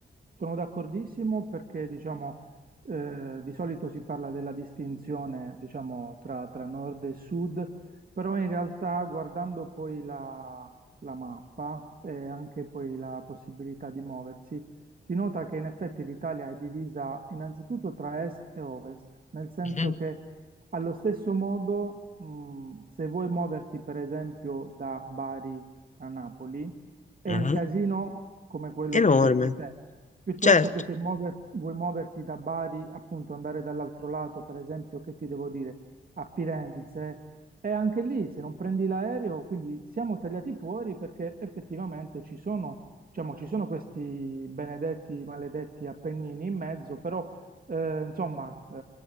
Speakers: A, on the right (about 45°); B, on the left (about 40°).
A: sono d'accordissimo perché diciamo, eh, di solito si parla della distinzione diciamo, tra, tra nord e sud, però in realtà guardando poi la, la mappa e anche poi la possibilità di muoversi, si nota che in effetti l'Italia è divisa innanzitutto tra est e ovest, nel senso
B: Mhm,
A: che allo stesso modo, mh, se vuoi muoverti per esempio da Bari a Napoli, è
B: mhm.
A: un casino come quello
B: Enorme,
A: che hai detto te. Piuttosto
B: certo,
A: che se muover- vuoi muoverti da Bari, appunto andare dall'altro lato, per esempio, che ti devo dire, a Firenze, e anche lì se non prendi l'aereo, quindi siamo tagliati fuori perché effettivamente ci sono, diciamo, ci sono questi benedetti, maledetti Appennini in mezzo, però eh, insomma eh,